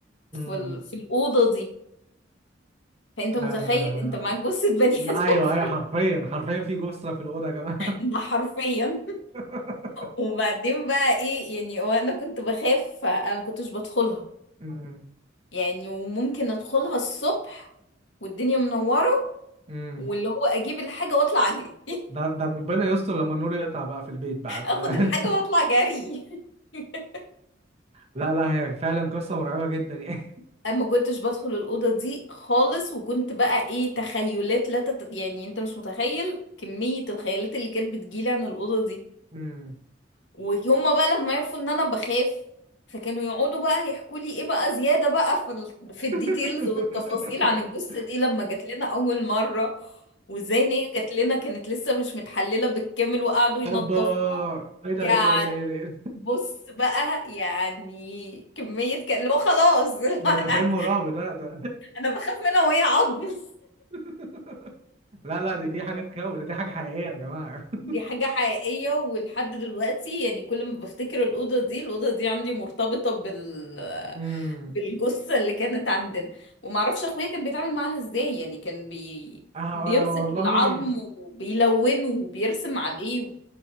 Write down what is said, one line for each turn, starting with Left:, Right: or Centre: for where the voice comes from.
Left: في
Right: امم
Left: ال... في الأوضة دي فانت
Right: آه...
Left: متخيل انت معاك جثة بني
Right: لا
Left: <laughs> ادم
Right: ايوه
Left: في
Right: ايوه حرفيا حرفيا في جثه في الاوضه يا جماعه
Left: الم- ده حرفيا
Right: <laughs>
Left: وبعدين بقى ايه يعني هو انا كنت بخاف فانا ما كنتش بدخلها
Right: امم
Left: يعني وممكن ادخلها الصبح والدنيا منورة
Right: امم
Left: واللي هو اجيب الحاجة واطلع اجري
Right: ده ده ربنا يستر لما النور يقطع بقى في البيت بقى
Left: <laughs> اخد
Right: <laughs>
Left: الحاجة واطلع جري <laughs>
Right: لا لا هي فعلا قصه مرعبه جدا يعني
Left: اما كنتش بدخل الأوضة دي خالص وكنت بقى ايه تخيلات لا تت... يعني انت مش متخيل كمية الخيالات اللي كانت بتجيلي عن الأوضة دي
Right: <laughs> امم
Left: وهم بقى لما عرفوا ان انا بخاف فكانوا يقعدوا بقى يحكوا لي ايه بقى زيادة بقى في ال... في الديتيلز
Right: <laughs>
Left: والتفاصيل عن الجثة دي لما جات لنا اول مرة وازاي ان هي جات لنا كانت لسه مش متحللة بالكامل وقعدوا ينضفوها
Right: اوبا ايه ده
Left: يعني
Right: ايه ده ايه ده ايه ده إيه ده
Left: بص بقى يعني كمية كان اللي هو خلاص <laughs> اللي
Right: ده
Left: هو انا
Right: ده فيلم رعب ده ده
Left: انا بخاف منها وهي عظم
Right: <laughs> لا لا دي دي حاجة تخوف ده دي حاجة حقيقية يا جماعة <laughs>
Left: دي حاجة حقيقية ولحد دلوقتي يعني كل ما بفتكر الأوضة دي الأوضة دي عندي مرتبطة بال
Right: امم
Left: بالجثة اللي كانت عندنا ومعرفش أخويا كان بيتعامل معاها ازاي يعني كان بي...
Right: آه,
Left: بيمسك
Right: آه والله
Left: العظم
Right: <laughs>
Left: وبيلونه وبيرسم عليه